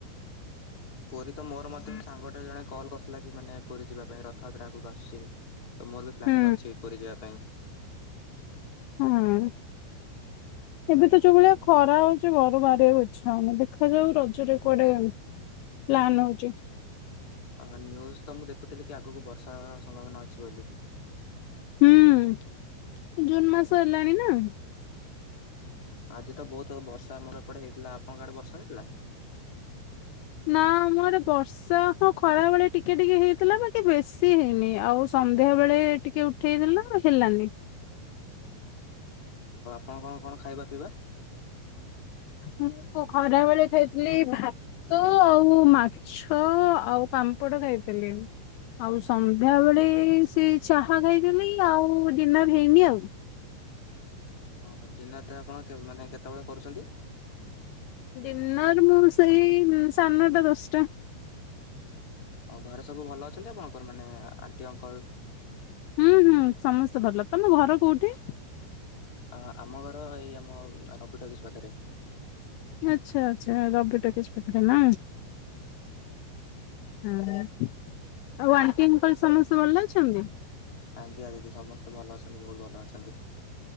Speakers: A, on the left; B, on the left.
A: ପୁରୀ ତ ମୋର ମଧ୍ୟ ସାଙ୍ଗଟେ ଜଣେ କଲ୍ କରିଥିଲା କି ମାନେ ପୁରୀ ଯିବା ପାଇଁ ରଥଯାତ୍ରା ଆଗକୁ ଆସୁଛି- ତ ମୋର ବି ପ୍ଲାନିଂ
B: ହୁଁ
A: ଅଛି ପୁରୀ ଯିବା ପାଇଁ-
B: ହଁ ଏବେ ତ ଯୋଉ ଭଳିଆ ଖରା ହଉଛି ଘରୁ ବାହାରିବାକୁ ଇଛା ହଉନି ଦେଖାଯାଉ ରଜରେ କୁଆଡେ ପ୍ଲାନ୍ ହଉଛି-
A: ନ୍ୟୁଜ ତ ମୁଁ ଦେଖୁଥିଲି କି ଆଗକୁ ବର୍ଷା ହେବାର ସମ୍ଭାବନା ଅଛି ବୋଲି-
B: ହୁଁ ଜୁନ୍ ମାସ ହେଲାଣି ନା-
A: ଆଜି ତ ବହୁତ ବର୍ଷା ଆମର ଏପଟେ ହେଇଥିଲା ଆପଣଙ୍କ କାଆଡେ ବର୍ଷା ହେଇଥିଲା-
B: ନା ମୋର ବର୍ଷା ହଁ ଖରା ବେଳେ ଟିକେ ଟିକେ ହେଇଥିଲା ବାକ ବେଶୀ ହେଇନି ଆଉ ସନ୍ଧ୍ୟା ବେଳେ ଟିକେ ଉଠେଇଥିଲା- ହେଲାନି।
A: କଣ କଣ କଣ ଖାଇବା ପିଇବା-
B: ମୁଁ ଖରାବେଳେ ଖାଇଥିଲି ଭାତ ଆଉ ମାଛ ଆଉ ପାମ୍ପଡ଼ ଖାଇଥିଲି ଆଉ ସନ୍ଧ୍ୟାବେଳେ ସେ ଚାହା ଖାଇଥିଲି ଆଉ ଡିନର୍ ହେଇନି ଆଉ-
A: ଓହୋ ଡିନର ତ ଆପଣ ମାନେ କେତେବେଳେ କରୁଛନ୍ତି-
B: ଡିନର୍ ମୁଁ ସେଇ ସାଢେ ନଟା ଦଶଟା-
A: ଓ ଘରେ ସବୁ ଭଲ ଅଛନ୍ତି ଆପଣଙ୍କର ମାନେ ଆଣ୍ଟି ଅଙ୍କଲ-
B: ହୁଁ ହୁଁ ସମସ୍ତେ ଭଲ ତମ ଘର କୋଉଠି-
A: ଆ ଆମ ଘର ଏଇ ଆମ ରବି ଟକିଜ ପାଖରେ-
B: ଆଛା ଆଚ୍ଛା ରବି ଟକିଜ ପାଖରେ ନା ଆଉ ଆଣ୍ଟି ସମସ୍ତେ ଭଲ ଅଛନ୍ତି-
A: ଆଜ୍ଞା ଦିଦି ସମସ୍ତେ ଭଲ ଅଛନ୍ତି ବହୁତ ଭଲ ଅଛନ୍ତି-